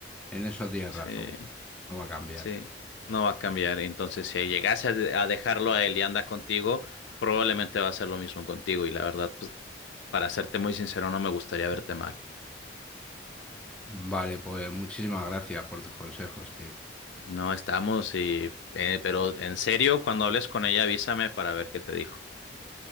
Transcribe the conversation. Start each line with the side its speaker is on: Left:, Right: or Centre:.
Centre: en eso tienes
Left: Sí.
Centre: razón, no va a cambiar.
Left: Sí, no va a cambiar. Entonces, si llegase a de- a dejarlo a él y anda contigo, probablemente va a hacer lo mismo contigo. Y la verdad, pues, para serte muy sincero, no me gustaría verte mal.
Centre: Vale, pues muchísimas gracias por tus consejos, tío.
Left: No estamos y, eh, pero en serio, cuando hables con ella, avísame para ver qué te dijo.